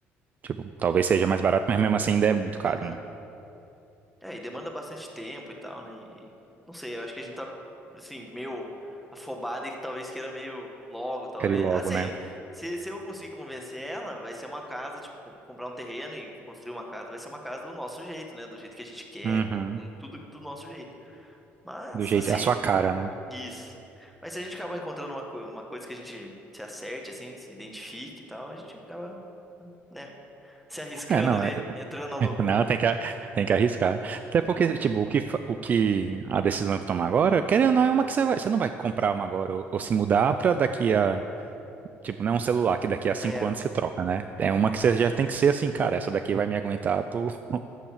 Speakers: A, on the right; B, in the centre.
A: tipo, talvez seja mais barato, mas mesmo assim ainda é muito caro,
B: uhum.
A: né?
B: É, e demanda bastante tempo e tal, né? E não sei, eu acho que a gente tá, assim, meio afobado e talvez queira meio logo, talvez.
A: Quero ir logo,
B: Assim,
A: né?
B: se, se eu conseguir convencer ela, vai ser uma casa, tipo, com- comprar um terreno e construir uma casa, vai ser uma casa do nosso jeito, né? Do jeito que a gente quer,
A: Uhum.
B: com, com tudo do nosso jeito. Mas,
A: Do jeito,
B: assim,
A: a sua cara, né?
B: isso. Mas se a gente acabar encontrando uma, co- uma coisa que a gente se acerte, assim, se identifique e tal, a gente acaba, né, se arriscando
A: É, é, não,
B: ali,
A: é, <laughs>
B: entrando na loucura.
A: Não, tem que, a- tem que arriscar. Até porque, tipo, o que, fa- o que a decisão que tomar agora, querendo ou não, é uma que você vai, você não vai comprar uma agora ou, ou se mudar pra daqui a, tipo, não é um celular que daqui a cinco
B: É,
A: anos você troca, né? É uma que você já tem que ser assim, cara, essa daqui vai me aguentar por <laughs>